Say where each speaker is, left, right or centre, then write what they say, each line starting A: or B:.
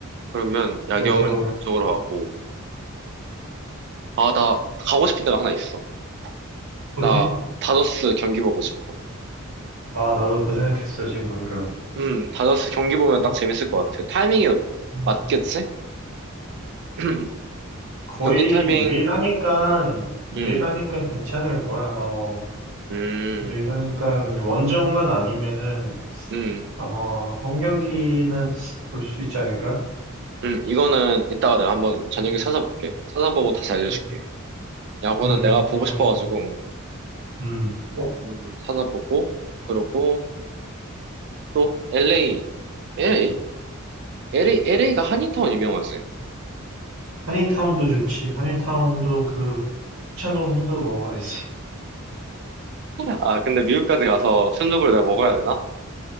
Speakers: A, on the right (about 55°); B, on the right (about 80°).
A: 그러면 야경은
B: 그래서,
A: 그쪽으로 가고. 아, 나 가고 싶은 데가 하나 있어. 나
B: 어디?
A: 다저스 경기 보고 싶어.
B: 아, 나도 그 생각했어, 지금 방금.
A: 음, 다저스 경기 보면
B: 뭐,
A: 딱 재밌을 것 같아. 타이밍이
B: 음,
A: 맞겠지? <clears throat>
B: 거의
A: 경기 타이밍,
B: 매일 하니까, 매일
A: 음,
B: 하니까 괜찮을 거야, 어.
A: 음,
B: 내일 하니까 원정만 아니면은
A: 음,
B: 아마 홈 경기는 볼 수 있지 않을까?
A: 음, 이거는 이따가 내가 한번 저녁에
B: 음,
A: 찾아볼게. 찾아보고 다시 알려줄게.
B: 음,
A: 야구는
B: 음,
A: 내가 보고
B: 알았어.
A: 싶어가지고,
B: 음, 어,
A: 한번 찾아보고, 그러고, 또 LA, LA? LA, LA가 한인타운 유명하지?
B: 한인타운도 좋지. 한인타운도 그 북창동 순두부 먹어야지.
A: 아, 근데 미국까지 가서 순두부를 내가 먹어야 되나?